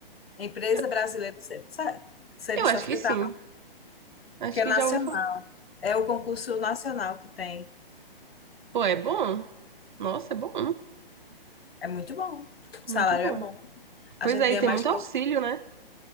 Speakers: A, on the left; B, on the right.
A: Empresa
B: Eu,
A: Brasileira de Ser- Sa- Serviço
B: eu acho
A: Hospitalar,
B: que sim. Acho
A: que é
B: que
A: nacional,
B: já ouvi falar.
A: é o concurso nacional que tem.
B: Pô, é bom. Nossa, é bom.
A: É muito bom, o
B: Muito
A: salário
B: bom.
A: é bom. A
B: Pois
A: gente
B: aí,
A: ganha
B: tem
A: mais
B: muito
A: que
B: auxílio,
A: o-
B: né?